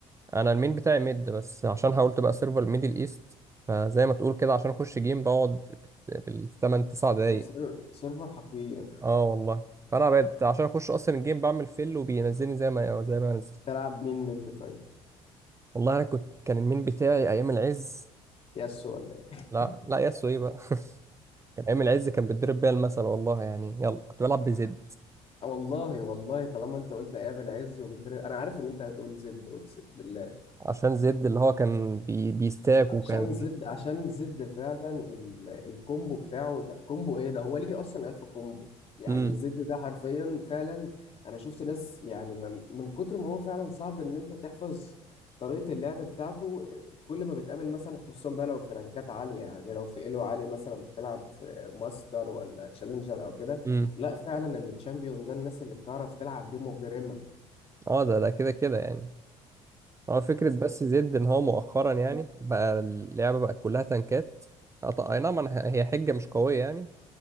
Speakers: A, on the right; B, on the left.
A: انا المين بتاعي ميد بس عشان حاولت بقى سيرفر ميدل ايست فزي ما تقول كده عشان اخش جيم بقعد بالثمان تسع دقايق
B: السير- سيرفر حقير
A: اه والله فانا بقيت عشان اخش اصلا الجيم بعمل فيل وبينزلني زي ما زي ما انزل
B: تلعب مين مد طيب
A: والله انا كنت كان المين بتاعي ايام العز
B: يس ولا ايه
A: لا لا ياسو ايه بقى <laughs> كان ايام العز كان بيتضرب بيها المثل والله يعني يلا كنت بلعب بزد
B: والله والله طالما انت قلت ايام العز وبالدري انا عارف ان انت هتقول زد اقسم بالله
A: عشان زد اللي هو كان بي... بيستاك وكان
B: عشان زد عشان زد فعلا ال... الكومبو بتاعه ده الكومبو ايه ده هو ليه اصلا الف كومبو يعني
A: امم
B: زد ده حرفيا فعلا انا شفت ناس يعني ما... من كتر ما هو فعلا صعب ان انت تحفظ طريقة اللعب بتاعته كل ما بتقابل مثلا خصوصا بقى لو في رانكات عالية يعني لو في ايلو عالي مثلا بتلعب في ماستر ولا تشالنجر او كده
A: امم
B: لا فعلا التشامبيون ده الناس اللي بتعرف تلعب بيه مجرمة
A: اه ده ده كده كده يعني هو فكرة بس زد ان هو مؤخرا يعني بقى اللعبة بقت كلها تنكات اه طب- اي نعم أنا- هي حجة مش قوية يعني